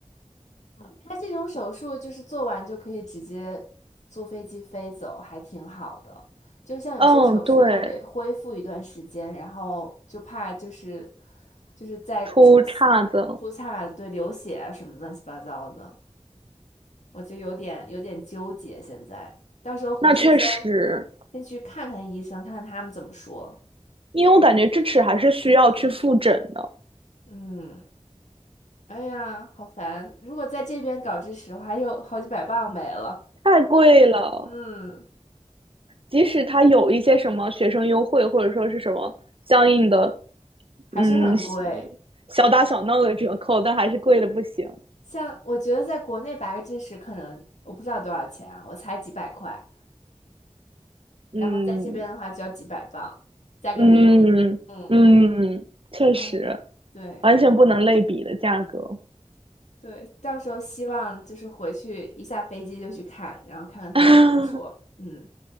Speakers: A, on the left; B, on the right.
A: 他这种手术就是做完就可以直接坐飞机飞走，还挺好的。就是像有些手术都得恢复一段时间，
B: 嗯，对，
A: 然后就怕就是就是再出血
B: 出岔子了，
A: 出岔子对，流血啊什么乱七八糟的，我就有点有点纠结。现在到时候回去先
B: 那确实，
A: 先去看看医生，看看他们怎么说。
B: 因为我感觉智齿还是需要去复诊的，
A: 嗯，哎呀，好烦！如果在这边搞支持的话，又好几百磅没了。
B: 太贵了。
A: 嗯，
B: 即使他有一些什么学生优惠，或者说是什么相应的，
A: 还是很贵。
B: 嗯，小打小闹的折扣，但还是贵的不行。
A: 像我觉得在国内拔个智齿可能我不知道多少钱啊我才几百块，
B: 嗯，
A: 然后在这边的话就要几百磅，加个零。
B: 嗯嗯，
A: 嗯，
B: 确实，
A: 哎，对
B: 完全不能类比的价格。
A: 对，到时候希望就是回去一下飞机就去看，然后看看他怎么说。
B: <laughs>
A: 嗯，